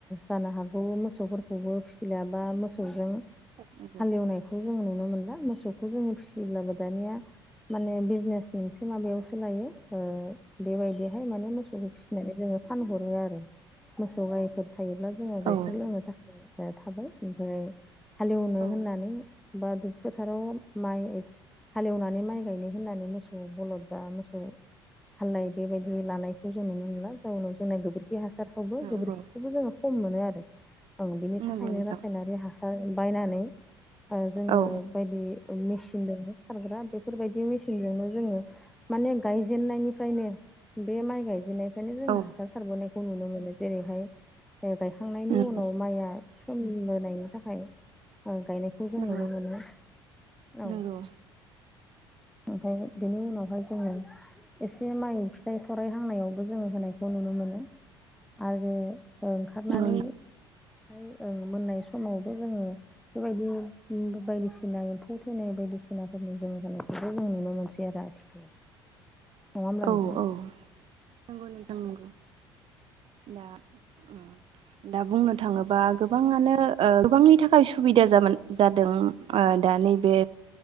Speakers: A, in the centre; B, on the right.
A: जानो हागौ मोसौफोरखौबो फिसिलायाबा मोसौजों
B: <unintelligible>
A: हालेवनायखौ जों नुनो मोनला मोसौखौ जोङो फिसियोब्लाबो दानिया माने बिजनेस मोनसे माबायावसो लायो ओ बेबायदिहाय माने मोसौखौ फिसि फिनानै जोङो फानहरो आरो मोसौ गायफोर थायोब्ला जोङो
B: औ
A: गाइखेर लोंनो थाखाय या थाबाय ओमफ्राय हालएवनो
B: औ
A: होननानै बा दुब फोथाराव माइ हाल एवनानै माइ गायनो होननानै मोसौ बलद बा मोसौ हालाय बेबायदि लानायखौ जों नुनो मोनला जाउनाव जोंना गोबोरखि खि हासारखौबो
B: नंगौ
A: गोबोरखिखौबो जोङो खम मोनो आरो ओं बिनि थाखायनो
B: नंगौ नोंथां
A: रासायनारि हासार बायनानै ओ जोङो
B: औ
A: बायदि ओ मेसिनदोंबो सारग्रा बेफोरबायदि मेसिनजोंनो जोङो माने गायजेननायनिफ्रायनो बे माइ गायजेननाय बेखायनो जोङो
B: औ
A: हासार सारबोनायखौ नुनो मोनो जेरैहाय गायखांनायनि
B: नंगौ
A: उनाव माइआ सोमबोनायनि थाखाय ओ गायनाय खौ जों
B: नंगौ
A: नुनो मोनो।
B: नंगौ
A: औ। ओमफ्राय बेनि उनावहाय जोङो एसे माइ फिथाइ थराइ हांनायावबो जोङो होनायखौ नुनो मोनो। आरो ओ ओंखारनानै
B: नंगौ
A: फाय ओ मोननाय समावबो जोङो बेबायदि बायदिसिना एम्फौ थैनाय बायदि दिसिनाफोरनि जोङो होनानायखौबो जों नुनो मोनसै आरो आथिखालाव। नङा होमब्ला
B: औ-औ
A: नोंथां
B: नंगौ नोंथां नंगौ। दा ओम दा बुंनो थाङोबा गोबाङानो ओ गोबांनि थाखाय सुबिदा जामोन जादों ओ दा दानि बे